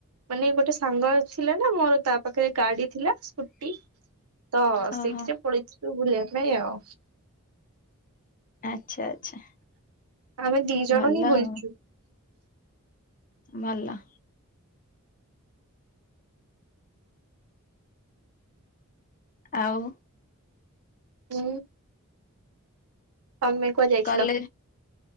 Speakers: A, on the right; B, on the left.
A: ମାନେ ଗୋଟେ ସାଙ୍ଗ ଥିଲା ନା ମୋର ତା ପାଖରେ ଗାଡି ଥିଲା ସ୍କୁଟି। ତ
B: ଓହୋ
A: ସେଇଥିରେ ପଳେଇଥିଲୁ ବୁଲିବା ପାଇଁ ଆଉ।
B: ଆଚ୍ଛା ଆଚ୍ଛା।
A: ଆମେ ଦି ଜଣ
B: ଭଲ
A: ହିଁ
B: ଆଉ
A: ବୁଲିଚୁ।
B: ଭଲ। ଆଉ।
A: ହୁଁ। ତମେ କୁଆଡେ ଯାଇଥିଲ?
B: କଲେଜ